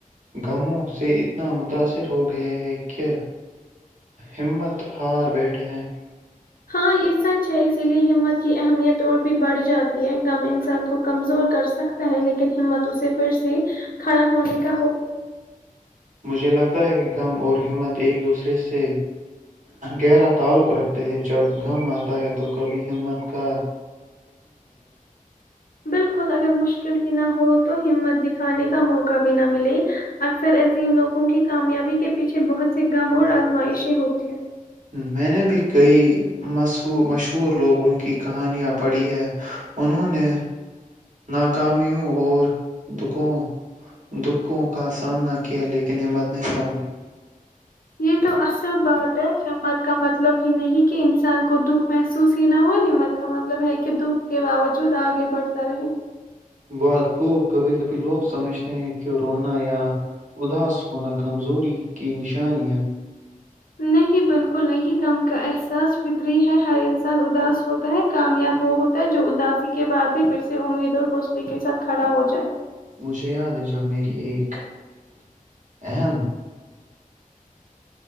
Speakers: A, on the right; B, on the left.
A: غموں سے اتنا متاثر ہو گئے ہیں کیا ہمت ہار بیٹھے ہیں
B: ہاں یہ سچ ہے اسی لیے ہمت کی اہمیت اور بھی بڑھ جاتی ہے غم انسان کو کمزور کر سکتا ہے لیکن ہمت اسے پھر سے کھڑا ہونے کا
A: مجھے لگتا ہے کہ کم اور ہمت ایک دوسرے سے گہرا تعلق رکھتے ہیں جب غم اتا ہے تو کبھی ہمت کا
B: بالکل مشکل ہی نہ ہو تو ہمت دکھانے کا موقع بھی نہ ملے تین لوگوں کی کامیابی کے پیچھے بہت سے غم اور ازمائشیں ہوتی ہیں
A: میں نے بھی کئی مش مشہور لوگوں کی کہانیاں پڑھی ہے انہوں نے ناکامیوں اور دکھوں دکھوں کا سامنا کیا لیکن ہمت نہیں ہاری
B: یہ تو ایسا بات ہے شفاعت کا مطلب یہ نہیں کہ انسان کو دکھ محسوس ہی نہ ہوئی ہمت کا مطلب ہے کہ دکھ کے باوجود اگے بڑھتا رہے
A: بہت خوب کبھی کبھی لوگ سمجھتے ہیں کہ رونا یا اداس ہونا کمزوری کی نشانیاں
B: نہیں بلکہ بالکل نہیں غ کا احساس کوئی ہے انسان اداس ہوتا ہے کامیاب وہ ہوتا ہے جو ادا کے بعد بھی پھر سے امید ہے کے ساتھ کھڑا ہو جائے
A: مجھے یاد ہے جب میری ایک اہم